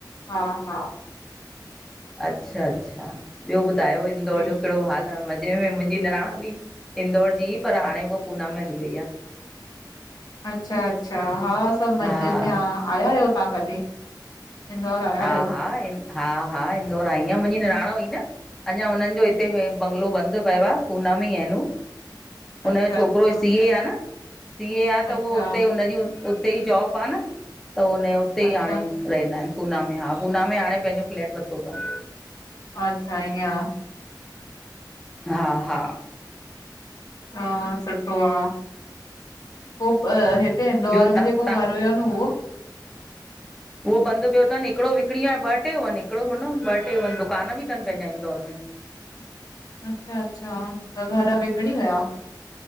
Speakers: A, on the left; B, in the centre.
A: हा हा!
B: अच्छा अच्छा! ॿियो ॿुधायो इंदौर
A: जी,
B: जो कहिड़ो हाल आहे मज़ पंहिंरे मुंहिंजी निराणन बि इंदौर जी पर हाणे उअ पूना में हली वई आह
A: अच्छा अच्छा! हा सभ मजे
B: हा
A: में आहे आया आहियो तव्हां कॾहिं। इंदौर आया
B: हा
A: आहियो?
B: हा इंद हा हा इंदौर आईं इन मुंहिंजी निराणान हुई न! अञा हुननि जो हिते बंगलो बंदि पयो आहे पूना में ई आहिनि हू
A: अच्छा
B: हुनजो छोकिरो
A: अच्छा
B: सीए आह न! सीए आहे
A: अच्छा
B: त उहो उते हुनजी उत् उते ई जॉब आहे न त उनज उते
A: अच्छा
B: ई हाणे रहंदा आहिनि। पूना में हा, पूना में हाणे पंहिंजो फ़्लैट वतो तऊं।
A: अच्छा ईंय आ।
B: हा हा।
A: हा सुठो आ। पो अ हिते इंदौर
B: ॿियो
A: में
B: तव्हां
A: जेको
B: तव्हां
A: घर हुयो न उहो
B: उहो बंद पियो तनि हिकिड़ो विकिणी आ ॿ टे हुवन हिकिड़ो थोड़ी हुयुनि न ॿ टे दुकान बि तनि पंहिंजा इंदौर में।
A: अच्छा अच्छा, त घर विकिणी वया?